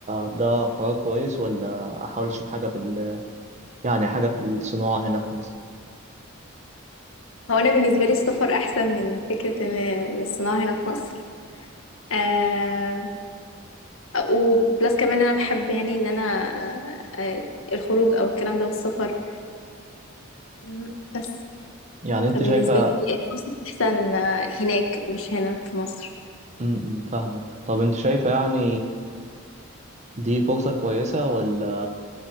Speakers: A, on the right (about 35°); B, on the left (about 70°).
A: ده قرار كويس ولا احاول اشوف حاجه في ال... يعني حاجه في الصناعه هنا في مصر
B: هو انا بالنسبه لي السفر احسن من فكره ان إن الصناعه هنا في مصر آه وبلس كمان انا بحب يعني ان انا آه الخروج او الكلام ده والسفر مم. بس
A: يعني انت
B: فبالنسبه
A: شايفه
B: لي الفرصه احسن آه، هناك مش هنا في مصر
A: م- م، فاهمك طب انت شايفه يعني دي فرصه كويسه ولا